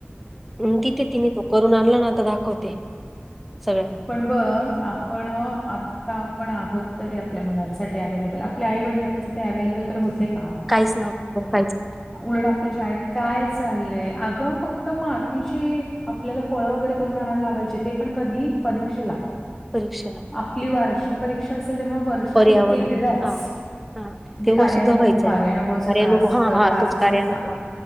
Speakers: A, in the centre; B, on the left (about 20°).
A: हम् तिथे तिने तो करून आणला ना आता दाखवते. सगळ्यांना
B: पण बघ आपण आता. आपण आहोत तरी आपल्या मुलांसाठी अव्हेलेबल आपल्या आई वडील आपल्यासाठी अव्हेलेबल तर होते का?
A: काहीच नव काहीच.
B: उलट आपल्या शाळेत काय चालंय अगं फक्त मातीचे आपल्याला फळं वगैरे करून आणायला लावायचे ते. पण कधी परीक्षेला
A: परीक्षण
B: आपली वार्षिक परीक्षा असेल तेव्हा वर्षातून
A: पर्यावरण
B: एकदाच
A: हा हा
B: ते
A: तेव्हा
B: कार्यानुभव
A: सुद्धा व्हायचं
B: कार्यानुभवच
A: नाही कार्यानुभव
B: त्रास
A: हा
B: तास
A: हा तोच
B: असायचा.
A: कार्यानुभव